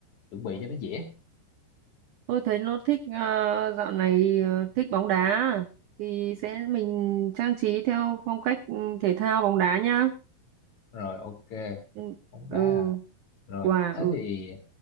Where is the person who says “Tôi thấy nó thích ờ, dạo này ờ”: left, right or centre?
Right